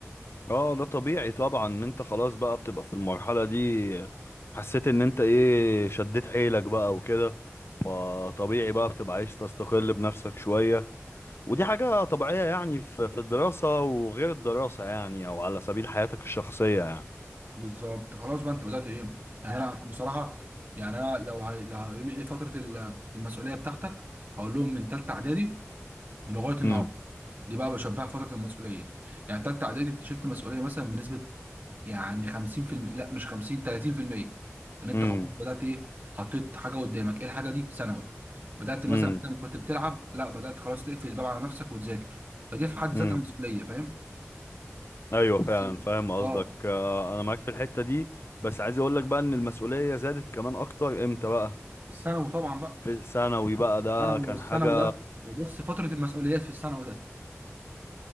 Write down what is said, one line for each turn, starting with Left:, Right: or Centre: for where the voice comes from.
Left: اه ده طبيعي طبعا ان انت خلاص بقى بتبقى في المرحلة دي حسيت ان انت ايه شديت حيلك بقى وكده فطبيعي بقى بتبقى عايز تستقل بنفسك شوية ودي حاجة طبيعية يعني في في الدراسة وغير الدراسة يعني او على سبيل حياتك الشخصية يعني
Right: بالظبط خلاص بقى انت بدات ايه يعني انا بصراحه يعني انا لو هي... لو هيقولوا لي ايه فتره ال- المسؤوليه بتاعتك هقول لهم من ثالثه اعدادي لغايه النهارده
Left: امم
Right: دي بقى بشبهها فتره المسؤوليه يعني ثالثه اعدادي انت شلت مسؤوليه مثلا بنسبه يعني 50% لا مش 50 30% ان انت
Left: امم
Right: خلاص بدات ايه حطيت حاجه قدامك ايه الحاجه دي ثانوي بدات مثلا
Left: امم
Right: بدل ما كنت بتلعب لا بدات خلاص تقفل الباب على نفسك وتذاكر فدي في حد
Left: امم
Right: ذاتها مسؤوليه فاهم
Left: ايوه
Right: بس
Left: فعلا فاهم قصدك
Right: اه
Left: آه، انا معاك في الحتة دي بس عايز اقول لك بقى ان المسؤولية زادت كمان اكتر امتى بقى
Right: الثانوي طبعا بقى
Left: في ثانوي بقى ده
Right: الثانوي
Left: كان
Right: ده والثانوي
Left: حاجة
Right: ده بص فترة المسؤوليات في الثانوي ده